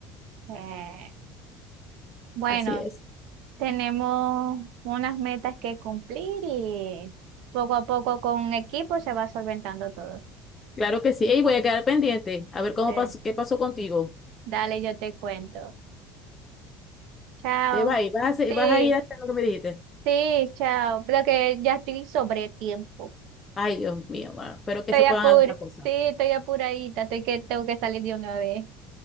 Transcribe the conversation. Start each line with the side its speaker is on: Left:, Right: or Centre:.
Right: eh, bueno,
Left: Así es,
Right: Tenemos unas metas que cumplir y poco a poco con equipo se va solventando todo.
Left: claro que sí, y voy a quedar pendiente, a ver cómo
Right: Sí.
Left: pasó, qué pasó contigo.
Right: Dale, yo te cuento. Chao.
Left: Te vas, y vas a, hacer-
Right: Sí,
Left: vas a ir a hacer lo que me dijiste.
Right: sí, chao. Pero que ya estoy sobre tiempo.
Left: Ay, Dios mío, bueno, espero que
Right: Estoy
Left: se puedan
Right: apur,
Left: dar las cosas.
Right: sí, estoy apuradita. Estoy que tengo que salir de una vez.